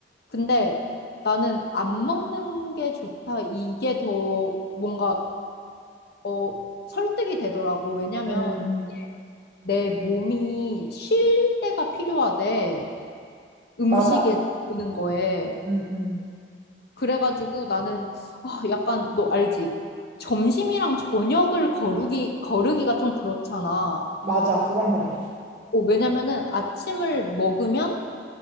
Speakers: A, on the left (about 60°); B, on the right (about 45°).
A: 근데 나는 안 먹는 게 좋다. 이게 더 뭔가 어, 설득이 되더라고. 왜냐면
B: 음,
A: 내 몸이 쉴 때가 필요하대. 음식에
B: 맞아.
A: 드는 거에.
B: 음, 음.
A: 그래가지고 나는 아, 약간 너 알지? 점심이랑 저녁을 거르기 거르기가 좀 그렇잖아.
B: 맞아. 그건 그래.
A: 어, 왜냐면은 아침을 먹으면